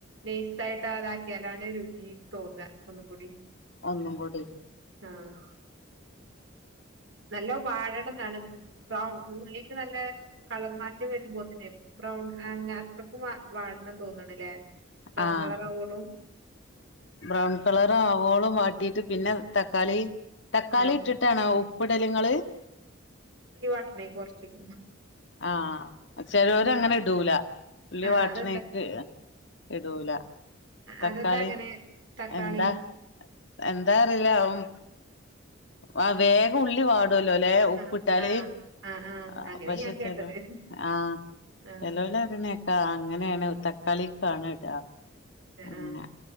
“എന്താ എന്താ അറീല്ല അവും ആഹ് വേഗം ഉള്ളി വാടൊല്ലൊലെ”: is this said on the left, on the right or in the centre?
Left